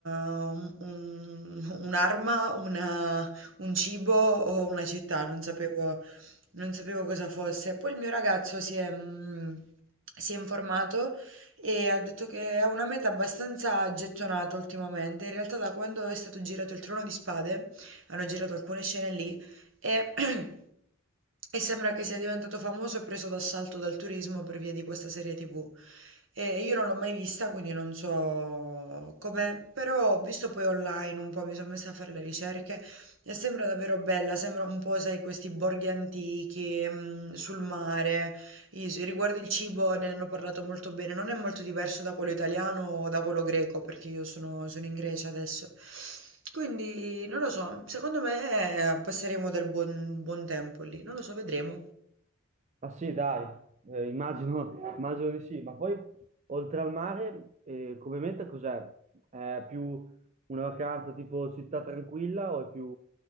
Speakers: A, on the right (about 75°); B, on the right (about 35°).
A: uh, un- un'arma, una- un cibo o una città, non sapevo, non sapevo cosa fosse. Poi il mio ragazzo si è, mm, si è informato e ha detto che è una meta abbastanza gettonata ultimamente. In realtà da quando è stato girato il Trono di Spade... Hanno girato alcune scene lì e, <clears throat> e sembra che sia diventato famoso e preso d'assalto dal turismo per via di questa serie tv. Eh, io non l'ho mai vista, quindi non so com'è, però ho visto poi online un po', mi sono messa a fare le ricerche e sembra davvero bella, sembra un po', sai, questi borghi antichi, mm, sul mare. I- Riguardo il cibo ne hanno parlato molto bene, non è molto diverso da quello italiano o da quello greco, perché io sono, sono in Grecia adesso. Quindi non lo so, secondo me eh, passeremo del buon, buon tempo lì, non lo so, vedremo.
B: Ah sì, dai, eh, immagino, <laughs> immagino di sì, ma poi oltre al mare, eh, come meta cos'è? È più una vacanza tipo città tranquilla o è più